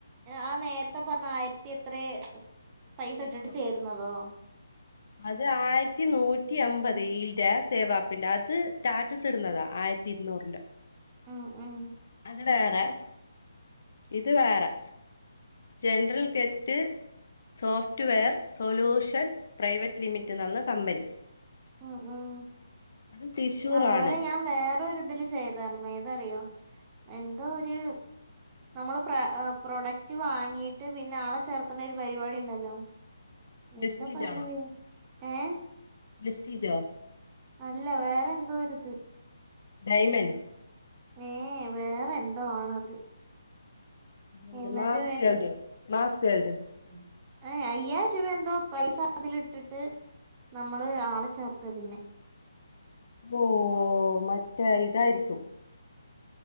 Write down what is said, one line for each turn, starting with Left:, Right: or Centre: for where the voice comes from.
Right: ആ നേരത്തെ പറഞ്ഞ ആയിരത്തി എത്രേ പൈസ
Left: ഇരുന്നൂറ്
Right: ഇട്ടിട്ട് ചേരുന്നതോ.
Left: അത് ആയിരത്തി നൂറ്റി അമ്പത് ഈൽടെ സേവാപ്പിന്റെ അത് സാറ്റസ് ഇടുന്നതാ ആയി. രിത്തിരുനൂറിന്റെ
Right: ആഹ് ആഹ്
Left: അത് വേറെ ഇത് വേറെ. General get. Software solution private limited എന്നന്ന കമ്പനി.
Right: ഉം ഉം
Left: അത് തൃശ്ശൂറാണ്
Right: അതുപോലെ ഞാൻ വേറൊരിതില് ചെയ്തായിരുന്നു ഏതറിയോ. എന്തോ ഒര് നമ്മൾ പ്ര പ്രൊഡക്റ്റ് വാങ്ങീട്ട് പിന്നെ ആളെ ചേർത്തണ ഒരു പരിപാടി ഇണ്ടല്ലോ.
Left: വെസ്റ്റീജ്
Right: എന്താപ്പത്തിന്റെ പേര് ഏഹ്
Left: വെസ്റ്റിജോ.
Right: അല്ല വേറെ എന്തോരിത്
Left: ഡൈമന്
Right: ഏ വേറെ എന്തോ ആണത്.
Left: എന്ത്
Right: എന്നിട്ട്
Left: മാസ് വേൾഡ് മാസ് വേൾഡ്
Right: പിന്നെ ഏഹ് അയ്യായിരം രൂപ എന്തോ പൈസ അതില് ഇട്ടിട്ട് നമ്മള് ആളെ ചേർ ക്ക പിന്നെ.
Left: ഓഹ് മറ്റേ ഇതായിരിക്കും.